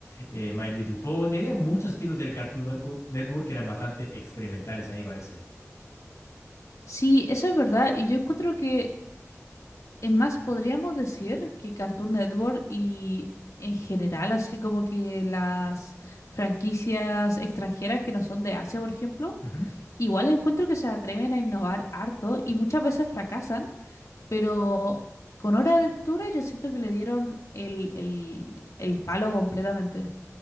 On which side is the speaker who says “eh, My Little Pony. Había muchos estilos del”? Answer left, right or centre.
Left